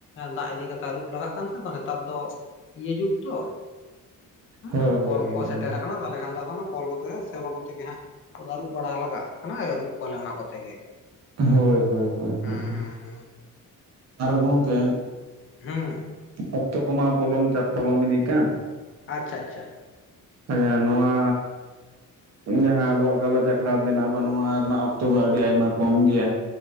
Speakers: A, on the left; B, on the right.
A: ᱫᱟᱜ ᱤᱫᱤ ᱠᱟᱛᱮ ᱟᱨᱩᱵ ᱞᱟᱜᱟᱜ ᱠᱟᱱ ᱛᱟᱦᱮᱸ ᱛᱚ ᱱᱮᱛᱟᱨ ᱫᱚ ᱤᱭᱟᱹ ᱡᱩᱜᱽ ᱛᱚ ᱦᱩᱸ
B: ᱦᱳᱭ
A: ᱠᱚᱞ
B: ᱦᱳᱭ
A: ᱠᱚ ᱥᱮᱴᱮᱨ ᱠᱟᱱᱟ ᱛᱟᱦᱚᱞᱮ ᱠᱷᱟᱱ ᱫᱚ ᱟᱫᱚ ᱚᱱᱟ ᱠᱚᱞ ᱠᱚᱛᱮ ᱥᱮᱞᱚ ᱠᱚᱛᱮ ᱜᱮ ᱦᱟᱸᱜ ᱟᱹᱨᱩᱵ ᱵᱟᱲᱟ ᱞᱟᱜᱟᱜᱼᱟ ᱚᱱᱟ ᱟᱹᱨᱩᱵ ᱠᱚᱣᱟᱞᱮ ᱚᱱᱟ ᱠᱚᱛᱮ ᱜᱮ
B: ᱦᱳᱭ ᱦᱳᱭ
A: ᱦᱩᱸ
B: ᱦᱳᱭ
A: ᱦᱩᱸ ᱦᱩᱸ
B: ᱟᱨ ᱜᱚᱝᱠᱮ
A: ᱦᱩᱸ
B: ᱚᱠᱛᱚ ᱠᱚᱢᱟ ᱯᱚᱞᱚᱢ ᱛᱟᱵ ᱯᱚᱞᱚᱢ ᱤᱫᱤᱜ ᱠᱟᱱ᱾
A: ᱟᱪᱪᱷᱟ ᱟᱪᱪᱷᱟ
B: ᱟᱪᱪᱷᱟ ᱱᱚᱣᱟ ᱡᱟᱦᱟᱸ ᱟᱵᱚᱣᱟᱜ ᱜᱟᱞᱚᱪ ᱟᱠᱷᱲᱟ ᱵᱮᱱᱟᱣ ᱱᱚᱣᱟ ᱨᱮᱱᱟᱜ ᱚᱠᱛᱚ ᱫᱚ ᱟᱹᱰᱤ ᱟᱭᱢᱟ ᱠᱚᱢ ᱜᱮᱭᱟ᱾